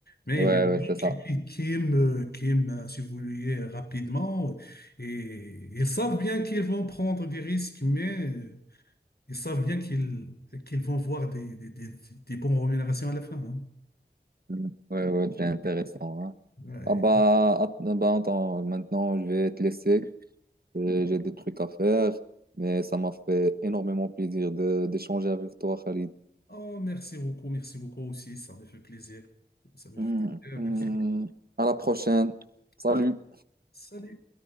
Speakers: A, on the left; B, on the right.
A: Mais
B: Ouais,
A: il y a des
B: ouais,
A: gens
B: c'est ça.
A: qui, qui, qui aiment, euh, qui aiment, euh, si vous voulez, euh, rapidement et ils savent bien qu'ils vont prendre des risques, mais euh, ils savent bien qu'ils qu'ils vont voir des, des, des, des bonnes rémunérations à la fin. hein.
B: Mm. Ouais, ouais, c'est intéressant. hein.
A: Ouais.
B: Ah bah, att- euh, bah, attends, maintenant, je vais te laisser. Euh, J'ai des trucs à faire, mais ça m'a fait énormément plaisir de d'échanger avec toi, Khalid.
A: Oh, merci beaucoup, merci beaucoup aussi. Ça me fait plaisir. Ça me
B: Mm.
A: fait plaisir.
B: Mm.
A: Merci beaucoup.
B: À la prochaine. Salut.
A: Ah, salut.